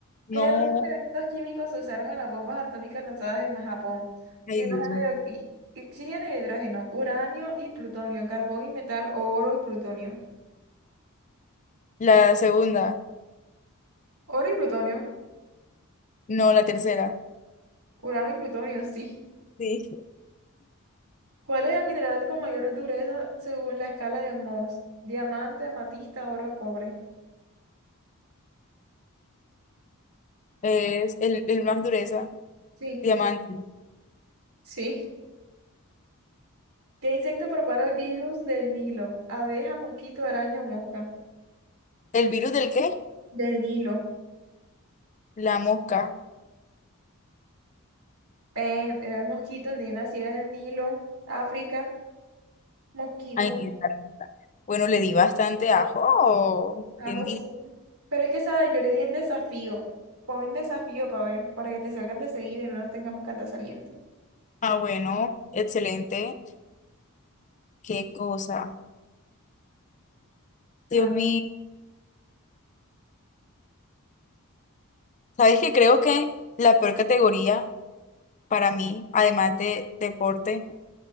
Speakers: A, on the left; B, on the right.
A: No.
B: ¿Qué dos elementos químicos se usaron en las bombas atómicas lanzadas en Japón?
A: Ay,
B: Hidrógeno
A: Dios mío.
B: y oxi- oxígeno y hidrógeno, uranio y plutonio, carbón y metal o oro y plutonio.
A: La segunda.
B: Oro y plutonio,
A: No, la tercera.
B: uranio y plutonio, sí.
A: Sí.
B: ¿Cuál es el mineral con mayor dureza según la escala de Mohs? Diamante, amatista, oro, cobre.
A: Es el, el más dureza.
B: Sí,
A: Diamante.
B: sí. ¿Qué insecto propaga el virus del Nilo? ¿Abeja, mosquito, araña o mosca?
A: ¿El virus del qué?
B: Del Nilo.
A: La mosca.
B: Eh, era el mosquito, nena, si era el Nilo, África, mosquito.
A: Ay, mi garganta. Bueno, le di bastante ajo. Oh,
B: Ajo
A: ¿Quién diría?
B: sí. Pero es que, ¿sabes? Yo le di en desafío. Pon en desafío para ver, para que te salgan de seguida y no nos tengamos que andar saliendo.
A: Ah, bueno, excelente. Qué cosa. Dios
B: Ah,
A: mío. Sabes que creo que la peor categoría para mí, además de deporte,